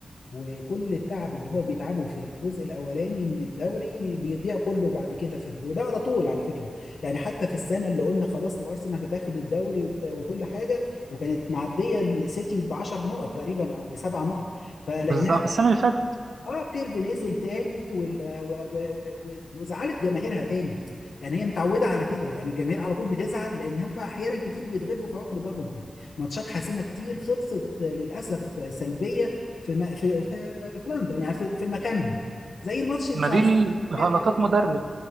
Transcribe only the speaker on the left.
وكل التعب اللي هو بيتعبه في الجزء الاولاني من الدوري بيضيع كله بعد كده في ال... وده على طول على فكره يعني حتى في السنه اللي قلنا خلاص الارسنال هتاخد الدوري وبت- وكل حاجه وكانت معديه السيتي ب 10 نقط تقريبا او بسبع نقط فلقيناها
اه الكيرف نزل تاني وال... و... و... و... و- وزعلت جماهيرها تاني يعني هي متعوده على كده يعني الجماهير على طول بتزعل لان هم احيانا كتير بيتغلبوا في عقر دارهم يعني ماتشات حاسمه كتير خلصت للاسف سلبيه في م... في... في في لندن يعني في, في مكانهم زي الماتش بتاع
الز-
ده